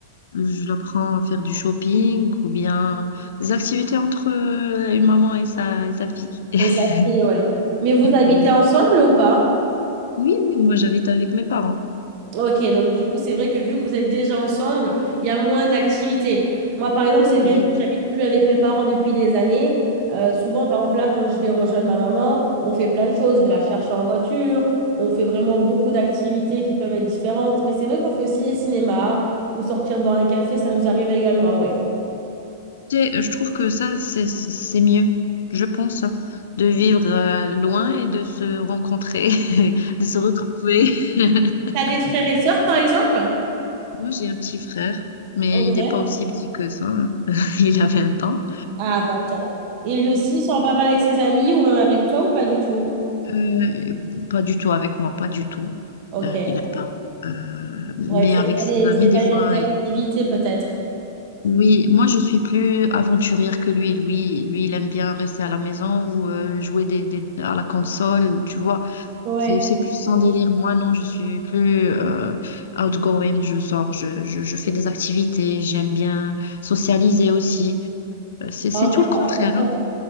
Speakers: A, on the left; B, on the right.
A: Je la prends à faire du shopping ou bien des activités entre euh, une maman et sa, et sa fille.
B: Et ça,
A: <laughs>
B: c'est, ouais. Mais vous habitez
A: Oui,
B: ensemble ou pas?
A: oui, oui, moi j'habite avec mes parents.
B: Ok, donc du coup, c'est vrai que vu que vous êtes déjà ensemble, il y a moins d'activités. Moi, par exemple, c'est vrai,
A: Oui.
B: vu que j'habite plus avec mes parents depuis des années, euh, souvent, par exemple, là, quand je vais rejoindre ma maman, on fait plein de choses. Je vais la chercher en voiture, on fait vraiment beaucoup d'activités qui peuvent être différentes. Mais c'est vrai qu'on fait aussi des cinémas ou sortir boire un café, ça nous arrive également, ouais.
A: Tu sais, je trouve que ça c'est c'est c'est mieux, je pense, hein, de vivre euh, loin et de se rencontrer, <laughs> de se retrouver. <laughs>
B: T'as des frères et sœurs, par exemple?
A: Moi j'ai un petit frère, mais
B: Ok,
A: il n'est pas aussi petit que ça. hein. <laughs> Il a 20 ans.
B: à 20 ans. Et lui aussi, il sort pas mal avec ses amis ou même avec toi ou pas du tout?
A: Euh, pas du tout avec moi, pas du tout.
B: Ok.
A: Euh, il n'a pas. Euh, mais
B: Ouais, c'est
A: avec
B: pas
A: ses
B: les,
A: amis,
B: c'est pas
A: des fois,
B: les mêmes
A: il-
B: activités peut-être.
A: oui, moi je suis plus aventurière que lui. Lui, lui, il aime bien rester à la maison ou euh, jouer des, des- à la console, tu vois.
B: Ouais.
A: C'est, c'est plus son délire. Moi, non, je suis plus euh, outgoing. Je sors, je, je, je fais des activités. J'aime bien socialiser aussi. Euh, C'est, c'est
B: En
A: tout
B: vrai,
A: le contraire,
B: c'est important.
A: hein.